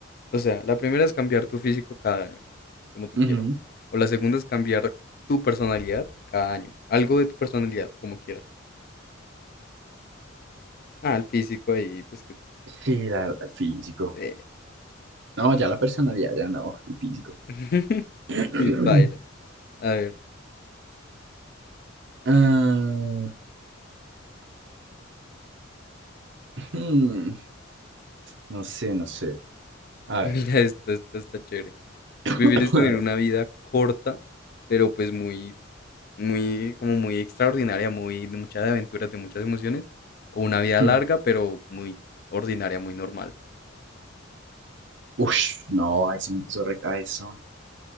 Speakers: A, on the left; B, on the right.
A: O sea, la primera es cambiar tu físico cada año, como tú
B: Ujú.
A: quieras. O la segunda es cambiar tu personalidad cada año. Algo de tu personalidad, como quieras. Ah, el físico ahí, pues que...
B: Sí, la verdad, el físico.
A: Sí.
B: No, ya la personalidad, ya no, el físico.
A: <laughs>
B: <clears throat>
A: sí, paila. A ver,
B: Ah, Hmm, no sé, no sé. A
A: <laughs> mira
B: ver,
A: esta esta está chévere. Prefieres
B: <laughs> <clears throat>
A: tener
B: a ver.
A: una vida corta, pero pues muy muy, como muy extraordinaria, muy de muchas aventuras, de muchas emociones, o una vida
B: Hmm.
A: larga, pero muy ordinaria, muy normal.
B: Ush, no, ahí sí me puso recaezón.